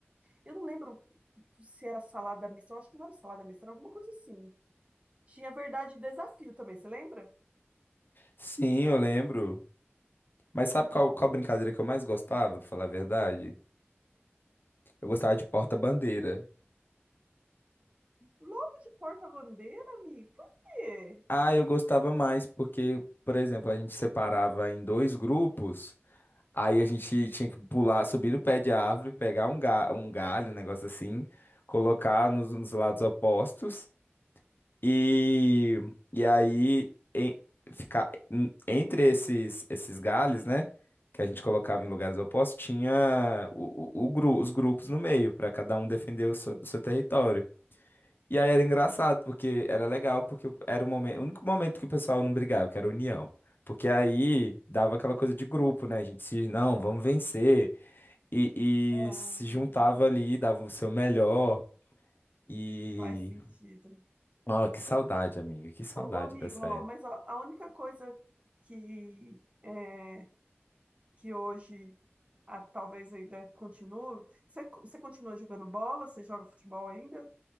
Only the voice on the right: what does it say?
Eu não lembro se era salada mista, eu acho que não era salada mista, era alguma coisa assim. Tinha verdade e desafio também, você lembra?
Logo de porta-bandeira, amigo? Por quê?
Ah,
entendi.
Faz sentido.
Ô, ô, amigo,
ó,
mas ó, a única coisa que é, que hoje ah, talvez ainda continue. Você, co- você continua jogando bola? Você joga futebol ainda?